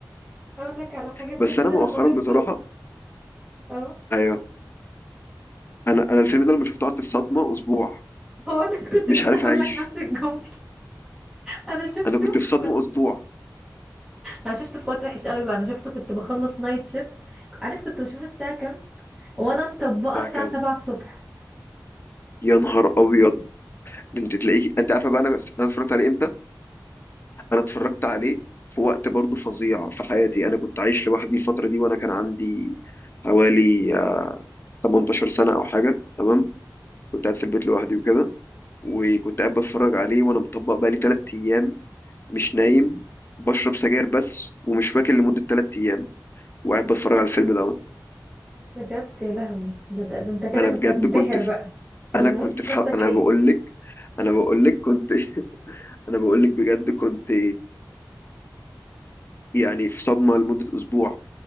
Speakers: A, in the centre; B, on the left.
A: اقول لك على حاجه الفيلم
B: بس انا
A: ده
B: مؤخرا
A: لما شفته
B: بصراحه
A: اه
B: ايوه انا انا الفيلم ده لما شفته قعدت في صدمه اسبوع
A: هو انا <laughs> كنت
B: مش
A: لسه
B: عارف
A: هقول
B: اعيش
A: لك نفس الجمله انا شفته
B: انا كنت في صدمه
A: كنت
B: اسبوع
A: انا شفته في وقت وحش قوي بقى انا شفته كنت بخلص نايت شيفت عارف كنت بشوف الساعه كام وانا مطبقه
B: الساعه
A: الساعه
B: كام
A: 7 الصبح
B: يا نهار ابيض ده انت تلاقيك انت عارفه بقى انا انا اتفرجت عليه امتى انا اتفرجت عليه في وقت برضو فظيع في حياتي انا كنت عايش لوحدي الفتره دي وانا كان عندي حوالي آه، 18 سنه او حاجه تمام كنت قاعد في البيت لوحدي وكده وكنت قاعد بتفرج عليه وانا مطبق بقالي ثلاث ايام مش نايم بشرب سجاير بس ومش واكل لمدة تلات أيام وقاعد بتفرج على الفيلم دوت
A: بجد يا لهوي ده, ده, ده انت كده
B: أنا
A: كنت
B: بجد
A: هتنتحر
B: كنت في
A: بقى ما
B: أنا
A: موتش
B: كنت في
A: نفسك
B: حلقة أنا
A: ليه
B: بقول لك أنا بقول لك كنت <laughs> أنا بقول لك بجد كنت يعني في صدمة لمدة أسبوع